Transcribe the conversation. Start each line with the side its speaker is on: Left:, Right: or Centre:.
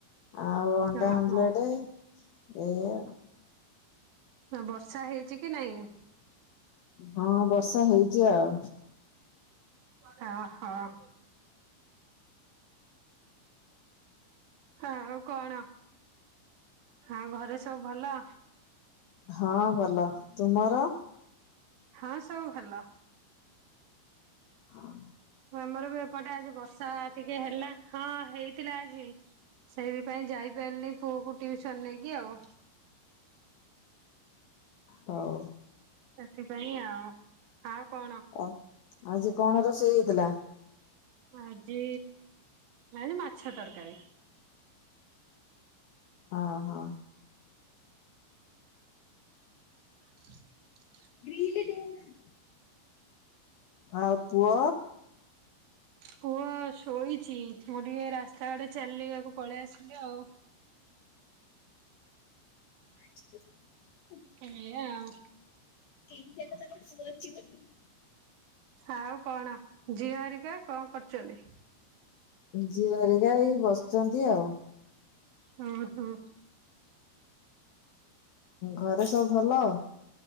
Left: ଆଉ ଅଣ୍ଡା
Right: ଓହୋ
Left: ଆମ୍ଲେଟ ଏଇଆ ଆଉ।
Right: ବର୍ଷା ହେଇଛି କି ନାଇଁ?
Left: ହଁ ବର୍ଷା ହେଇଛି ଆଉ।
Right: ହଁ- ହଁ। ହଁ ଆଉ କଣ, ଆଉ ଘରେ ସବୁ ଭଲ?
Left: ହଁ ଭଲ। ତୁମର?
Right: ହଁ ସବୁ ଭଲ।
Left: ହଁ।
Right: ଆମର ବି ଏପଟେ ଆଜି ବର୍ଷା ଟିକେ ହେଲା, ହଁ ହେଇଥିଲା ଆଜି। ସେଇଥିପାଇଁ ଯାଇପାରିନି ପୁଅକୁ ଟିଉସନ ନେଇକି ଆଉ।
Left: ହଉ।
Right: ସେଥିପାଇଁ ଆଉ। ଆଉ କଣ?
Left: ଆ ଆଜି କଣ ରୋଷେଇ ହେଇଥିଲା?
Right: ଆଜି ଏଇ ମାଛ ତରକାରୀ।
Left: ଓ ହୋ।
Right: <unintelligible>
Left: ଗ୍ରିଲ୍ ଦେ ନା। ଆଉ ପୁଅ?
Right: ପୁଅ ଶୋଇଛି ମୁଁ ଟିକେ ରାସ୍ତା ଆଡେ ଚାଲିବାକୁ ପଳେଇ ଆସିଲି ଆଉ।
Left: <unintelligible>
Right: ଏଇଆ ଆଓ।
Left: କେମିତି ତ ପୁଅ ଅଛି ବୋଲିି।
Right: ଆଉ କଣ ଝିଅ ହରିକା କଣ କରୁଛନ୍ତି?
Left: ଝିଅ ହେରିକା ଏଇ ବସଛନ୍ତି ଆଉ।
Right: ହଁ ହଁ।
Left: ଘରେ ସବୁ ଭଲ।